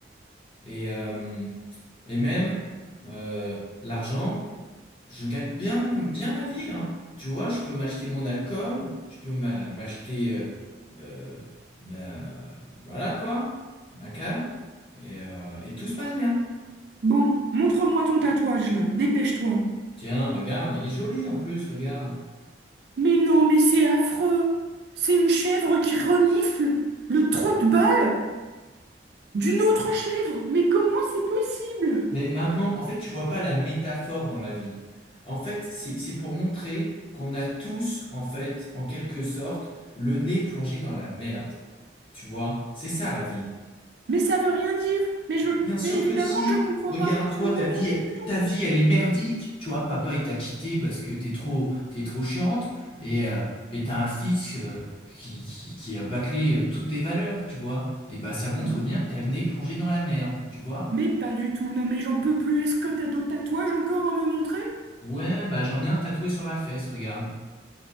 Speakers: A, on the left; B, on the right.
A: Et, euh, et même, euh, l'argent. je gagne bien, bien ma vie, hein. Tu vois, je peux m'acheter mon alcool, je peux m'a- m'acheter, euh, euh, ma- voilà quoi, ma cam, et, euh, et tout se passe bien.
B: Bon, montre-moi ton tatouage là, dépêche-toi.
A: Tiens, regarde, il est joli en plus, regarde.
B: Mais non, mais c'est affreux. C'est une chèvre qui renifle le trou de balle d'une autre chèvre. Mais comment c'est possible?
A: Mais maman, en fait, tu vois pas la métaphore dans la vie. En fait, c'est, c'est pour montrer qu'on a tous, en fait, en quelque sorte, le nez plongé dans la merde. Tu vois, c'est ça la vie.
B: Mais ça veut rien dire. Mais je,
A: Bien sûr
B: mais évidemment
A: que si.
B: que je comprends
A: Regarde,
B: pas. Ça
A: toi,
B: ne
A: ta
B: veut rien
A: vie, est-
B: dire du
A: ta vie, elle est merdique. Tu vois, papa, il t'a quitté parce que t'es trop, t'es trop chiante. Et euh, et t'as un fils euh, qui, qui, qui a bâclé euh, toutes tes valeurs, tu vois. Et bah, ça montre
B: tout.
A: bien que t'as le nez plongé dans la merde, tu vois.
B: Mais pas du tout. Non, mais j'en peux plus. Est-ce que t'as d'autres tatouages encore à me montrer?
A: Ouais, bah, j'en ai un tatoué sur la fesse, regarde.